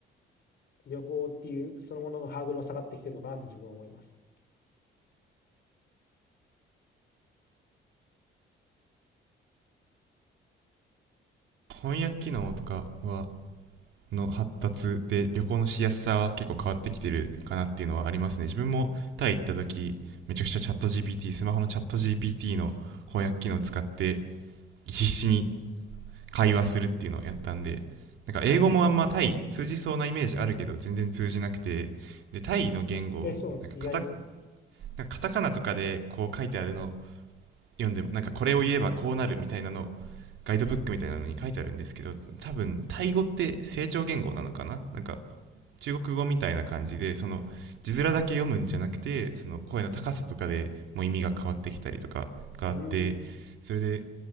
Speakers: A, on the left; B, on the right.
A: 旅行っていうそのもののハードルは下がってきてるのかなって自分は思います。
B: 翻訳機能とかはの発達で旅行のしやすさは結構変わってきてるかなっていうのはありますね自分もタイ行った時めちゃくちゃチャット GPT スマホのチャット GPT の翻訳機能を使って必死に会話するっていうのをやったんでなんか英語もあんまタイ通じそうなイメージあるけど全然通じなくてでタイの言語なんかカタ
A: はい。え、そうなんですね。意外ですね。
B: なんかカタカナとかでこう書いてあるのを読んでもなんかこれを言えばこうなるみたいなのガイドブックみたいなのに書いてあるんですけど多分タイ語って成長言語なのかななんか中国語みたいな感じでその字面だけ読むんじゃなくてその声の高さとかでもう意味が変わってきたりとかがあってそれで
A: うーん。